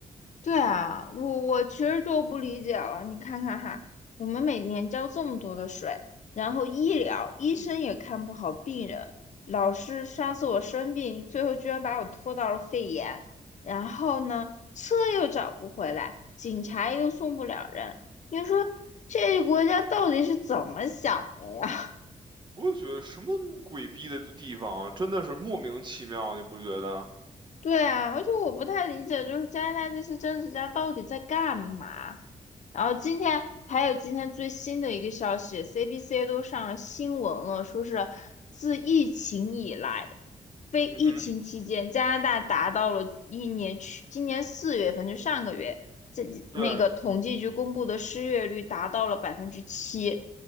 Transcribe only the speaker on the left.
对啊，我我其实就不理解了。你看看哈，我们每年交这么多的税，然后医疗医生也看不好病人，老师上次我生病，最后居然把我拖到了肺炎，然后呢，车又找不回来，警察又送不了人。你说这个国家到底是怎么想的呀？
对啊，而且我不太理解，就是加拿大这些政治家到底在干嘛？然后今天还有今天最新的一个消息，CBC 都上了新闻了，说是自疫情以来，非疫情期间，
加拿大达到了一年去今年四月份就上个月，这那个统计局公布的失业率达到了百分之七，